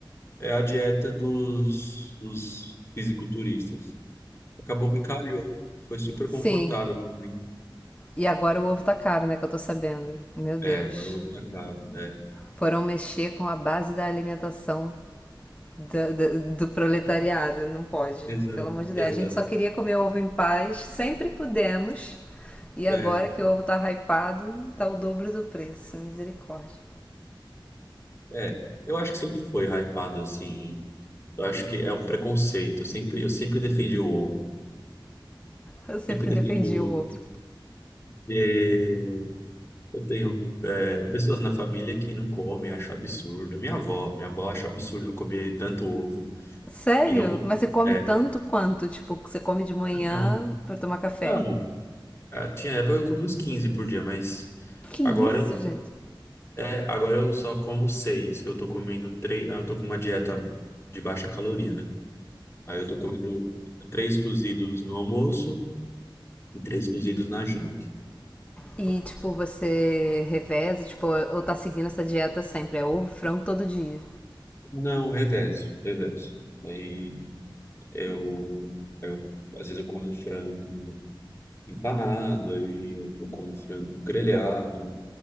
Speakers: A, on the left; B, on the left.
A: é a dieta dos, dos fisiculturistas. Acabou que calhou. Foi super
B: Sim.
A: confortável. pra mim.
B: E agora o ovo tá caro, né? Que eu tô sabendo. Meu Deus.
A: É, agora eu vou pra cá. É.
B: Foram mexer com a base da alimentação do, do, do proletariado, não pode.
A: Exato,
B: Pelo amor de Deus.
A: exato.
B: A gente só queria comer ovo em paz, sempre pudemos. E agora
A: É,
B: que o ovo tá hypado, tá o dobro do preço. Misericórdia.
A: é. Eu acho que sempre foi hypado assim. Eu acho que é um preconceito. Eu sempre, eu sempre defendi o ovo.
B: Eu sempre
A: Sempre defendi
B: defendi
A: o
B: o
A: ovo.
B: ovo.
A: E eu tenho é, pessoas na família que não comem, acham absurdo. Minha avó, minha avó acha absurdo eu comer tanto ovo
B: Sério?
A: e não.
B: Mas você come
A: É,
B: tanto quanto? Tipo, você come de manhã
A: não,
B: pra tomar café?
A: não. Ah, Tinha época que eu comia uns 15 por dia, mas
B: Que
A: agora,
B: isso, gente?
A: é, agora eu só como seis. que eu tô comendo 3. ah, Eu tô com uma dieta de baixa caloria, né? Aí eu tô comendo três cozidos no almoço e três cozidos na janta.
B: E, tipo, você reveza, tipo, ou tá seguindo essa dieta sempre? É ovo, frango todo dia.
A: Não, reverso, reverso. Aí eu, eu às vezes eu como frango empanado, aí eu, eu como frango grelhado,